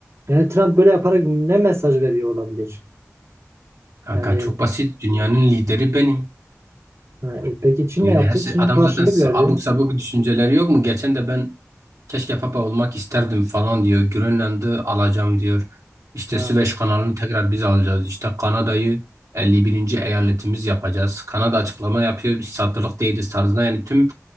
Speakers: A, on the right (about 60°); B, on the right (about 80°).
A: yani Trump böyle yaparak ne mesaj veriyor olabilir?
B: Kanka
A: Yani
B: çok basit dünyanın lideri benim.
A: ha, e peki Çin
B: Yani
A: ne yaptı?
B: her şey
A: Çin
B: adam
A: karşılık
B: zaten
A: verdi.
B: abuk sabuk düşünceleri yok mu? Geçen de ben Keşke papa olmak isterdim falan diyor. Grönland'ı alacağım diyor. İşte
A: Ha.
B: Süveyş kanalını tekrar biz alacağız. İşte Kanada'yı 51. eyaletimiz yapacağız. Kanada açıklama yapıyor. Biz satılık değiliz tarzında. Yani tüm